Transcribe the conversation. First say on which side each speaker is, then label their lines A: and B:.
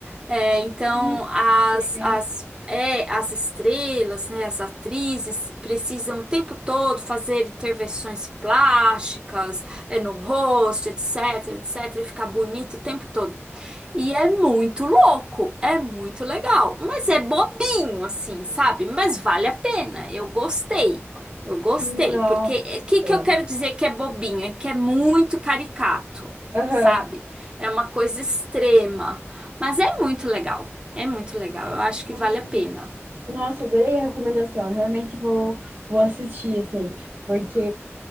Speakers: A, on the right (about 20°); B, on the right (about 40°).
A: É, então,
B: Ah,
A: as,
B: que legal.
A: as, é, as estrelas, né, as atrizes, precisam o tempo todo fazer intervenções plásticas, é, no rosto, etc, etc, e ficar bonito o tempo todo. E é muito louco, é muito legal, mas é bobinho assim, sabe? Mas vale a pena. Eu gostei. Eu gostei,
B: Nossa.
A: porque o que que eu quero dizer que é bobinho? É que é muito caricato,
B: Aham.
A: sabe? É uma coisa extrema, mas é muito legal. É muito legal. Eu acho que
B: Ai,
A: vale a pena.
B: Nossa, adorei a recomendação. Eu realmente vou, vou assistir, assim, porque,